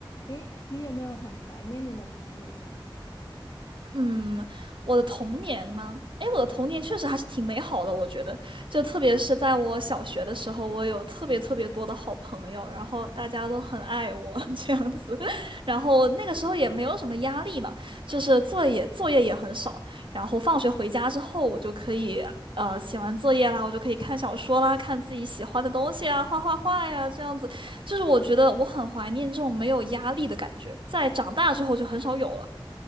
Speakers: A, on the left (about 45°); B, on the right (about 70°).
A: 诶，你有没有很怀念你的童年呢、
B: 嗯，我的童年吗？诶，我的童年确实还是挺美好的，我觉得，就特别是在我小学的时候，我有特别特别多的好朋友，然后大家都很爱我 <laughs> 这样子，然后那个时候也没有什么压力嘛，就是作业作业也很少，然后放学回家之后，我就可以呃写完作业啦，我就可以看小说啦，看自己喜欢的东西啊，画画画呀，这样子，就是我觉得我很怀念这种没有压力的感觉，在长大之后就很少有了。